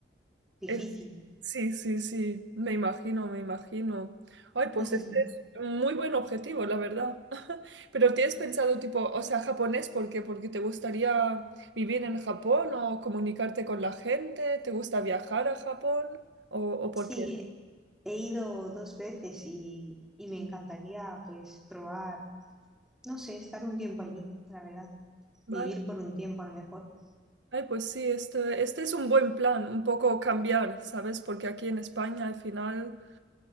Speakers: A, in the centre; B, on the right (about 85°).
A: difícil.
B: es- sí, sí, sí. Me imagino, me imagino. Ay, pues
A: <laughs>
B: este es un muy buen objetivo, la verdad. <laughs> Pero ¿tienes pensado tipo, o sea, japonés, ¿por qué? ¿Porque te gustaría vivir en Japón o comunicarte con la gente? ¿Te gusta viajar a Japón? ¿O, o por
A: Sí,
B: qué?
A: he ido dos veces y, y me encantaría pues probar, no sé, estar un tiempo allí, la verdad, vivir
B: Vale.
A: por un tiempo a lo mejor.
B: Ay, pues sí, este, este es un buen plan, un poco cambiar, ¿sabes? Porque aquí en España al final...